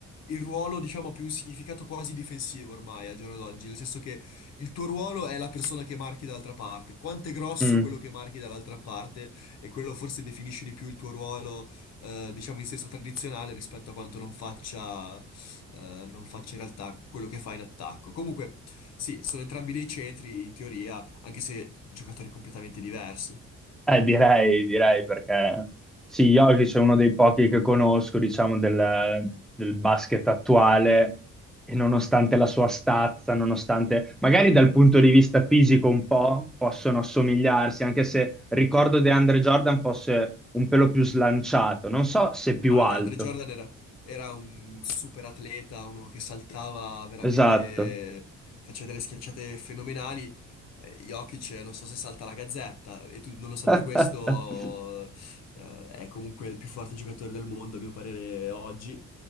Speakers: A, on the left; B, in the centre.
A: il ruolo, diciamo, ha più un significato quasi difensivo ormai al giorno d'oggi, nel senso che il tuo ruolo è la persona che marchi dall'altra parte. Quanto è grosso
B: Mm.
A: quello che marchi dall'altra parte e quello forse definisce di più il tuo ruolo, eh, diciamo, in senso tradizionale rispetto a quanto non faccia eh, non faccia in realtà quello che fa in attacco. Comunque, sì, sono entrambi dei centri, in teoria, anche se giocatori completamente diversi.
B: Eh, direi, direi perché sì, Jokic è uno dei pochi che conosco, diciamo, del, del basket attuale e nonostante la sua stazza, nonostante magari dal punto di vista fisico un po' possono assomigliarsi, anche se ricordo DeAndre Jordan fosse un pelo più slanciato, non so se più
A: Ma
B: alto.
A: DeAndre Jordan era, era un super atleta, uno che saltava veramente,
B: Esatto.
A: faceva delle schiacciate fenomenali. Eh, Jokic, eh, non so se salta la gazzetta, e tu, nonostante
B: <laughs>
A: questo, eh, è comunque il più forte giocatore del mondo, a mio parere, oggi.